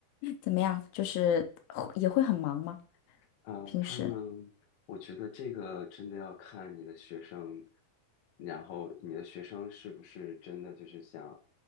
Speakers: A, on the left; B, on the left.
A: 怎么样？就是会也会很忙吗？
B: 啊，
A: 平时？
B: 他们，我觉得这个真的要看你的学生，然后你的学生是不是真的就是想，